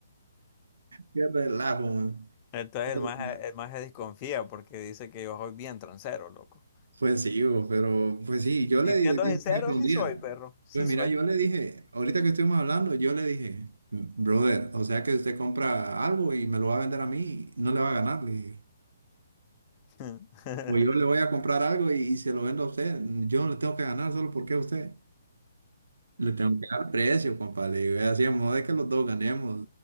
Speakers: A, on the right; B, on the left.
A: Qué relajo, man.
B: Entonces
A: Qué
B: el
A: relajo.
B: maje, el maje desconfía porque dice que yo soy bien transero, loco.
A: Pues sí, bo, pero pues sí, yo
B: Y
A: le
B: siendo
A: dije, por
B: sincero,
A: ejemplo,
B: sí
A: un día,
B: soy, perro. Sí
A: pues mira,
B: soy.
A: yo le dije, ahorita que estuvimos hablando, yo le dije, brother, o sea que usted compra algo y me lo va a vender a mí, no le va a ganar, le dije.
B: <laughs>
A: O yo le voy a comprar algo y, y se lo vendo a usted, yo no le tengo que ganar solo porque a usted. Le tengo que dar precio, compa, le digo, y así a modo de que los dos ganemos.